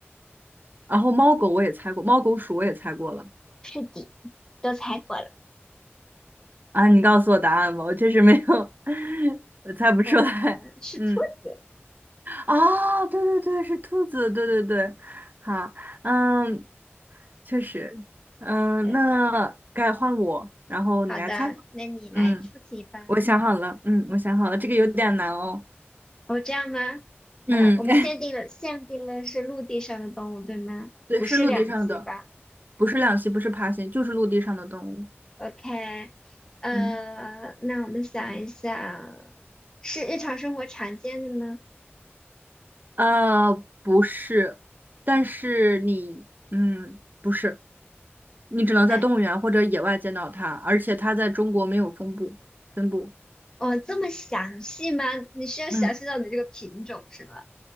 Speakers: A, on the right; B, on the left.
A: 然后猫狗我也猜过，猫狗鼠我也猜过了
B: 是的，都猜过了。
A: 啊，你告诉我答案吧，我确实没有，<laughs> 我猜不出来，
B: 嗯，是兔子。
A: 嗯，哦，对对对，是兔子，对对对，好，嗯，确实，嗯，
B: 对，
A: 那该换我，然后你来猜，
B: 好的，那你来出题吧。
A: 嗯，我想好了，
B: 嗯，
A: 嗯，我想好了，这个有点难哦，
B: 哦，这样吗？
A: 嗯，
B: 呃，我们限定了，
A: <laughs>
B: 限定了是陆地上的动物，对吗？
A: 对，
B: 不是两栖吧
A: 是陆地上的，不是两栖，不是爬行，就是陆地上的动物，
B: ？OK，呃，
A: 嗯。
B: 那我们想一想，是日常生活常见的吗？
A: 呃，不是，但是你，嗯，不是，你只能在动物园或者野外见到它，
B: 对，
A: 而且它在中国没有分布，分布，
B: 哦，这么详细吗？你是要详细到你这个品种是吗？
A: 嗯，